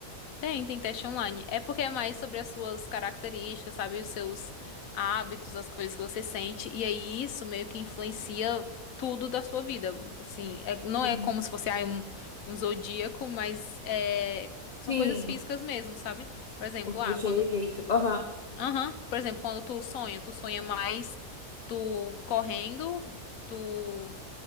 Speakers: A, on the left (about 70°); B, on the left (about 30°).
A: Tem, tem teste online. É porque é mais sobre as suas características, sabe? Os seus hábitos, as coisas que você sente. E aí isso meio que influencia tudo da sua vida. Assim, é- não
B: Entendi.
A: é como se fosse ah, um, um zodíaco, mas é, são
B: Sim,
A: coisas físicas
B: o,
A: mesmo, sabe? Por exemplo,
B: o teu
A: ah,
B: jeito.
A: quando. tu-
B: Aham.
A: Aham. Por exemplo, quando tu sonha, tu sonha mais tu correndo, tu.